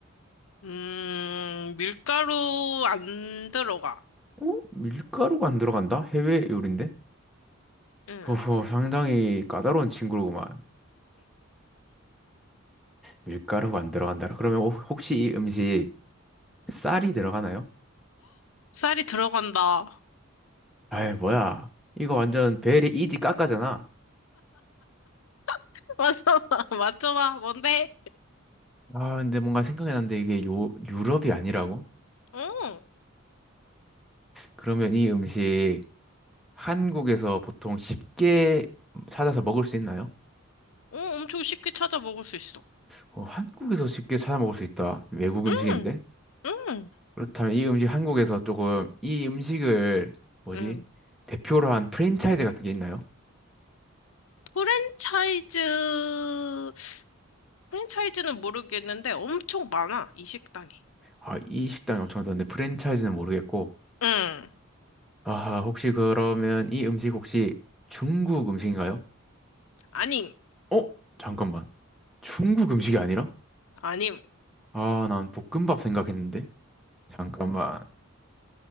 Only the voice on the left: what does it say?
음, 밀가루 안 들어가.
응.
쌀이 들어간다.
<laughs> 맞춰봐, 맞춰봐. 뭔데?
어,
어, 엄청 쉽게 찾아 먹을 수 있어.
응, 응,
응.
프랜차이즈, 프랜차이즈는 모르겠는데 엄청 많아, 이 식당이.
응,
아님,
아님.